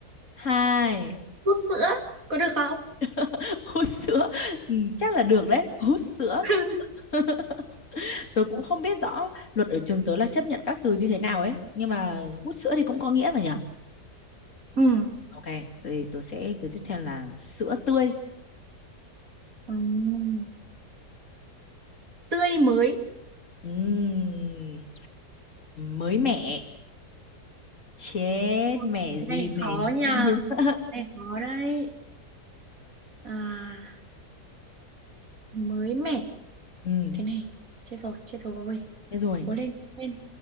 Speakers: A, on the left; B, on the right.
A: hai
B: hút sữa có được không?
A: <laughs> hút sữa ừ, chắc là được đấy hút sữa
B: <laughs>
A: <laughs> tôi cũng không biết rõ luật ở trường tớ là chấp nhận các từ như thế nào ấy nhưng mà hút sữa thì cũng có nghĩa mà nhở
B: Ừ.
A: ok tôi tôi sẽ từ tiếp theo là sữa tươi
B: Ừm, tươi mới.
A: Ừm, mới mẻ chết
B: Ui,
A: mẻ
B: Cái
A: gì
B: này
A: mẻ
B: khó
A: gì
B: nha.
A: <laughs>
B: Cái này khó đấy. À, mới mẻ.
A: ừ
B: Cái này chết rồi, chết rồi.
A: thế rồi
B: Cố lên, cố lên.